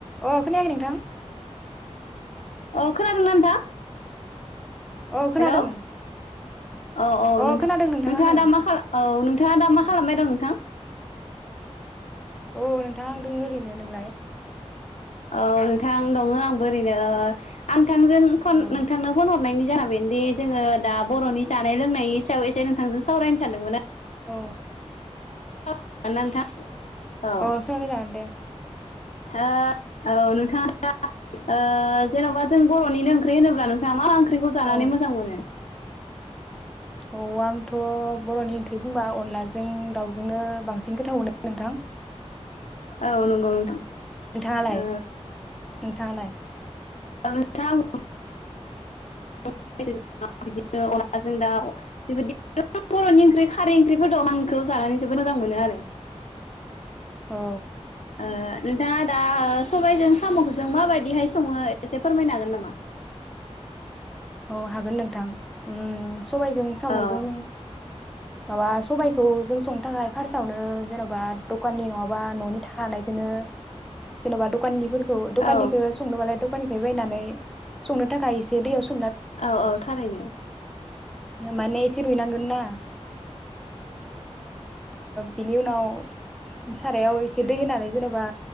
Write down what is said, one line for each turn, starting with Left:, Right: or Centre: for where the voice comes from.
Centre: अ खोनायाखै नोंथां?
Left: अ खोनादों ना नोंथां?
Centre: अ खोनादों
Left: हेलौ औ औ
Centre: अ
Left: नोंथां
Centre: खोनादों
Left: नोंथाङा
Centre: आङो
Left: दा मा खाला औ नोंथाङा दा मा खालामबाय दं नोंथां?
Centre: अ नोंथां दङ ओरैनो नोंलाय?
Left: औ नोंथां दङ आंबो ओरैनो आं नोंथांजों फन
Centre: अ
Left: नोंथांनो फन हरनायनि जाहोना बेनोदि जोङो दा बर'नि जानाय लोंनायनि सायाव एसे नोंथांजों सावरायनो सानदोंमोन।
Centre: औ
Left: <unintelligible> नोंथां औ
Centre: अ सावराय जागोन दे।
Left: ओ औ नोंथाङा ओ जेन'बा जों बर'निनो ओंख्रि होनोब्ला नोंथाङा मा मा ओंख्रि? ओंख्रिखौ जानानै
Centre: औ
Left: मोजां मोनो?
Centre: औ आंथ' बर'नि ओंख्रि बुंबा अनलाजों दाउजोंनो बांसिन गोथाव मोनो नोंथां।
Left: औ नोंगौ नोंथां।
Centre: नोंथाङालाय?
Left: ओ
Centre: नोंथाङालाय?
Left: <unintelligible> औ नोंथां <unintelligible> बिदिनो अनलाजों दाउ बेबायदि बर'नि ओंख्रि खारै ओंख्रिफोर दं आंखौ जानानै जोबोद मोजां मोनो आरो।
Centre: औ
Left: ओ नोंथाङा दा सबायजों साम'खौजों मा बायदिहाय सङो एसे फोरमायनो हागोन नामा?
Centre: औ हागोन नोंथां उम सबायजों साम'जों
Left: औ
Centre: माबा सबायाइखौ जों संनो थाखाय फार्सआवनो जेन'बा दखाननि नङाबा न'नि थानायखौनो जेन'बा दखाननिफोरखौ दखाननिखौ
Left: औ
Centre: संनोबालाय दखाननि बायनानै संनो थाखाय इसेदैयाव सो
Left: औ औ थारैनो
Centre: माने एसे रुइनांगोन ना बिनि उनाव सारायाव एसे दै होनानै जेनेबा